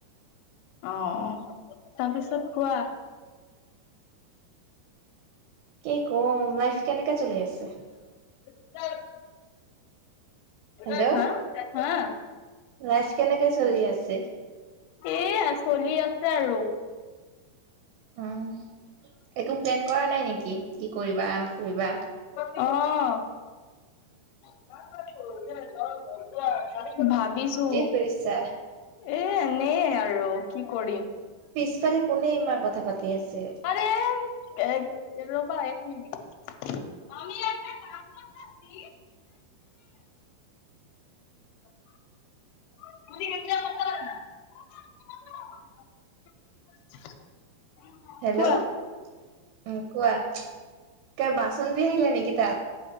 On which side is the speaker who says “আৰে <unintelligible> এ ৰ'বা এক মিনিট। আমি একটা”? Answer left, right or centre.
Left